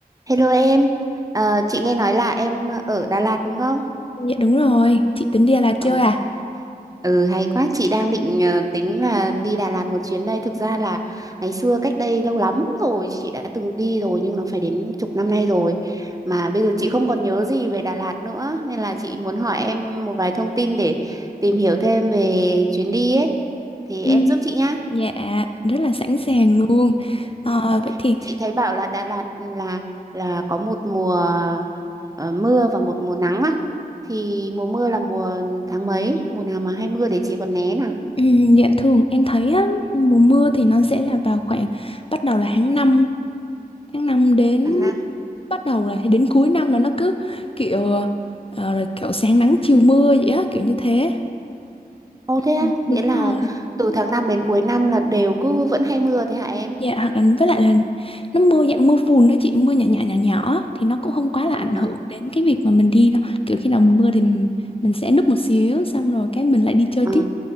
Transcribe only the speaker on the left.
Dạ đúng rồi, chị tính đi Đà Lạt
chơi à?
Ừ.
Dạ, rất là sẵn sàng luôn.
Ờ, vậy thì
ừm, dạ thường em thấy á, mùa mưa thì nó sẽ là vào khoảng bắt đầu là tháng năm tháng năm đến
bắt đầu là đến cuối năm đó nó cứ kiểu ờ, rồi kiểu sáng nắng chiều mưa vậy á, kiểu như thế.
Ừ. Đúng
rồi.
Dạ hoặc là với lại là nó mưa dạng mưa phùn đó chị mưa nhỏ nhỏ nhỏ nhỏ thì nó cũng không quá là
ảnh hưởng đến cái việc mà mình đi đâu kiểu khi nào mình mưa thì m- mình sẽ núp một xíu xong rồi cái mình lại đi chơi
tiếp